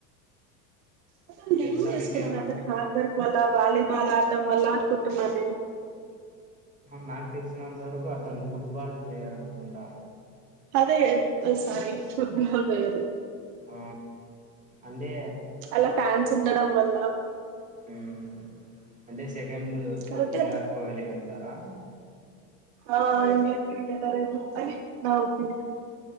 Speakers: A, on the right; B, on the right.
A: బ అ నిం
B: తెలుసా
A: ఇసుకుద
B: మీకేమన్నా
A: అతను హార్డ్ వర్క్ వల్లా వాల బలా ఆడటం వల్ల అనుకుంటున్నాను నేను
B: మ్యాక్ తెలిసినంత వరకు అతను ఫుట్బాల్ ప్లేయర్ అనుకుంటా
A: అదే సారీ పూ ఫుగారు
B: ఆ అంటే
A: అలా ఫ్యాన్స్ ఉండడం వాళ్ళ
B: హమ్ అంటే కెండ్
A: కాబట్టి
B: విరాట్
A: అత
B: కోహ్లీలి అండి తరా
A: ఆ ఎంజేస్తుంటదో ఎమొ అని నా ఒపీనియన్